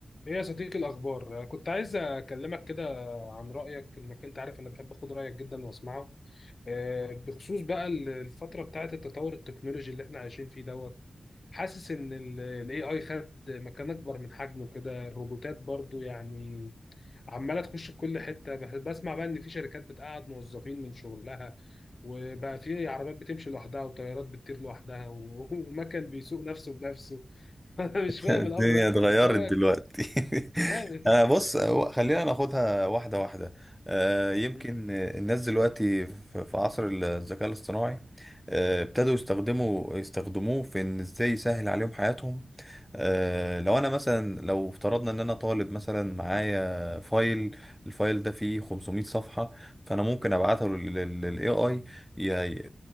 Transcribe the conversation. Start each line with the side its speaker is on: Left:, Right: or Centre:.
Left: ايه يا صديقي الاخبار أنا كنت عايز اكلمك كده عن رايك انك انت عارف انا بحب اخد رايك جدا واسمعه آه، بخصوص بقى ال- الفتره بتاعه التطور التكنولوجي اللي احنا عايشين فيه دوت حاسس ان الاي اي خد مكان اكبر من حجمه كده الروبوتات برضو يعني عماله تخش في كل حته بح- بسمع بقى ان في شركات بتقعد موظفين من شغلها وبقى في عربيات بتمشي لوحدها وطيارات بتطير لوحدها و- <laughs> ومكن بيسوق نفسه بنفسه <laughs> انا مش فاهم
Centre: الدنيا
Left: الامر رايح فين
Centre: اتغيرت
Left: انت إيه رايك
Centre: دلوقتي <laughs>
Left: جامد
Centre: انا بص هو- خلينا ناخدها واحده واحده آه، يمكن
Left: <laughs>
Centre: الناس دلوقتي في في عصر الذكاء الاصطناعي آه، ابتدوا يستخدموا يستخدموه في ان ازاي يسهل عليهم حياتهم آه، لو انا مثلا لو افترضنا ان انا طالب مثلا معايا فايل الفايل ده فيه 500 صفحه فانا ممكن ابعته للاي اي